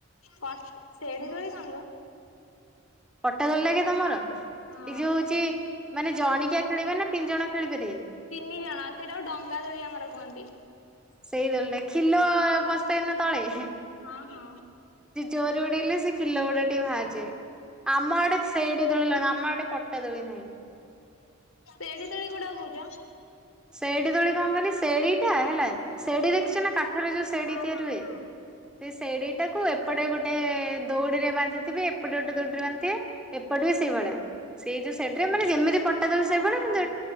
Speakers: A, on the left (about 90°); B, in the centre.
A: କ ସେଢି ଦୋଳି କଣ ଲୋ?
B: ପଟା, ଦୋଳି ଲାଗେ ତମର ୲ଏଇ
A: ହଁ।
B: ଯୋଉ ହଉଛି, ମାନେ ଜଣିକିଆ ଖେଳିବେ, ନା ତିନି ଜଣ ଖେଳି ପାରିବେ?
A: ତିନି ଜଣ, ସେଇଟା କୁ ଡଙ୍ଗା ଦୋଳି, ଆମର କୁହନ୍ତି।
B: ସେଇ, ଦୋଳିଟା ୲ ଖିଲ ବସିଥାଏ, ନା ତଳେ?
A: ହୁଁ
B: ଜୋରେ, ଉଡେଇଲେ ସେ ଖିଲ, ଗୁଡା ଟିକେ ବାହାରି, ଯାଏ ୲ ଆମ ଆଡ଼େ, ସେଡି ଦୋଳି, ଲଗା, ଆମ ଆଡ଼େ ପ ପଟା, ଦୋଳି ନାହିଁ?
A: ତେଡି ଦୋଳି, କୋଉଟାକୁ କହୁଛ?
B: ସେଇଠି ଦୋଳି, କଣ କରି ଶେଢୀ, ଟା ହେଲା ସେଢୀ
A: ହୁଁ
B: ଦେଖିଛନା, କାଠରେ ଯୋଉ ଶେଢୀ
A: ହଁ
B: ତିଆରି
A: ହଁ
B: ହୁଏ ୲
A: ହଁ।
B: ସେଇ ସେଢୀଟାକୁ, ଏପଟେ ଗୋଟେ ଦଉଡିରେ ବାନ୍ଧିଥିବେ, ଏପଟେ ଗୋଟେ ଦୌଡିରେ, ବାନ୍ଧିଥିବେ ୲ ଏପଟେ ବି ସେଇଭଳିଆ, ସେଇ ଯୋଉ ଶେଢୀ ରେ, ମାନେ ଯେମିତି ପଟା ଦୋଳି,
A: ଓହୋ
B: ସେଇଭଳିଆ କିନ୍ତୁ,